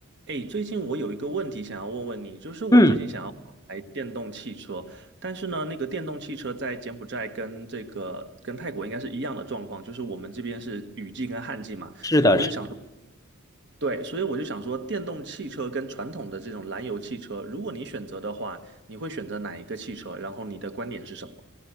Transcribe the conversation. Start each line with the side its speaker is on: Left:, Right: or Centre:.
Right: 诶，最近我有一个问题想要问问你，就是我最近想要买电动汽车，
Left: 嗯，
Right: 但是呢，那个电动汽车在柬埔寨跟这个跟泰国应该是一样的状况，就是我们这边是雨季跟旱季嘛，
Left: 是的，
Right: 所以我就想说，
Left: 是
Right: 对，所以我就想说，电动汽车跟传统的这种燃油汽车，如果你选择的话，你会选择哪一个汽车？然后你的观点是什么？